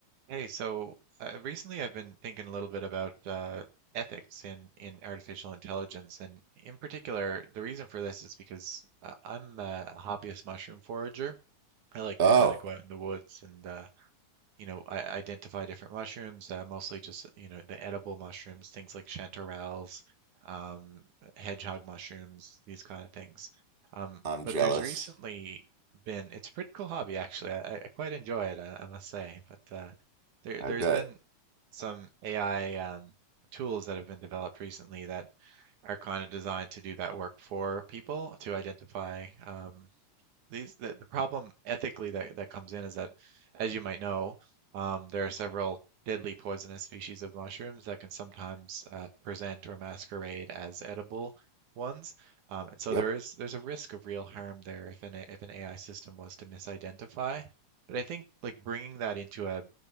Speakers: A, on the right; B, on the right.
A: Hey, so uh, recently I've been thinking a little bit about uh, ethics in, in artificial intelligence, and in particular, the reason for this is because uh, I'm a hobbyist mushroom forager. I like
B: Oh,
A: to kind of go out in the woods and uh, you know, I identify different mushrooms, uh, mostly just, you know, the edible mushrooms, things like chanterelles, um, hedgehog mushrooms, these kind of things. Um,
B: I'm
A: but
B: jealous.
A: there's recently been, it's a pretty cool hobby actually. I, I I quite enjoy it, I, I must say. But uh, there,
B: I
A: there's
B: bet.
A: been some AI um, tools that have been developed recently that are kind of designed to do that work for people to identify um, these the, the problem ethically that, that comes in is that, as you might know, um, there are several deadly poisonous species of mushrooms that can sometimes uh, present or masquerade as edible ones. Um, and so
B: Yep.
A: there is there's a risk of real harm there if an if an AI system was to misidentify. But I think like bringing that into a